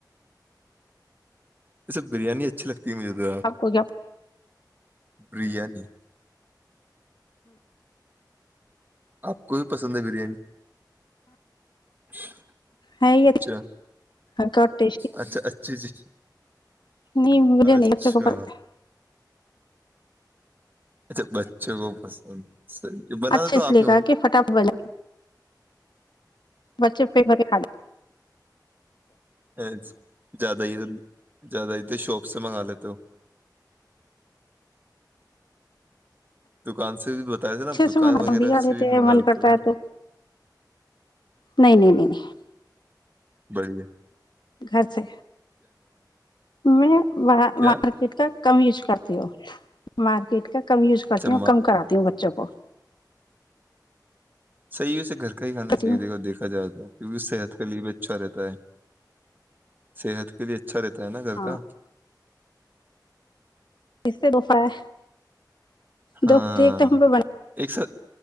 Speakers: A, on the right; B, on the left.
A: یہ سب بریانی اچھی لگتی ہے ت م دو
B: آپ کو کیا
A: بریانی <unintelligible> آپ کو بھی پسند ہے بریانی اچھا
B: ہے یہ ہلکا اور ٹیسٹی
A: اچھا اچ جی جی
B: نہیں مجھے
A: اچھا
B: نہیں اچ کو پتے
A: اچھا بچوں کو پسند صحیح بنا
B: اچھا
A: تو
B: اس
A: آپ
B: لے
A: ہی ہوں
B: کہا کہ فٹاف بلا بچے فیم کھے
A: ا زیادہ ہی زیادہ ہی شاپ سے منگا لیتے ہو دکان سے بھی بتا رہے تھے
B: اچھے
A: نا آپ دکان
B: سے منا
A: وغیرہ
B: بگا رہتے
A: سے بھی منگا
B: من
A: لیتے
B: کرتا
A: ہو
B: ہے تو نہیں نہیں نہیں نہیں
A: بڑ ہے
B: گھر سے میں
A: کیا
B: مارکیٹ کا کم یوز کر کرتی ہو مارکیٹ کا <unintelligible> کم یوز
A: اچھا
B: کرتی ہوں کم کراتی ہوں بچوں کو
A: صی ہو سے گھر کئی کانا
B: کرتی
A: چاہیے
B: ہوں
A: دیکو دھا جائےا کی صحت کے لیے بھی اچھا رہتا ہے صحت کے لیے اچ اچھا رہتا ہے نا گھر
B: ہاں
A: کا
B: کس سے دوفہ ہے
A: ہاں
B: دو فائدے، ایک تو ہم پہ
A: ایک س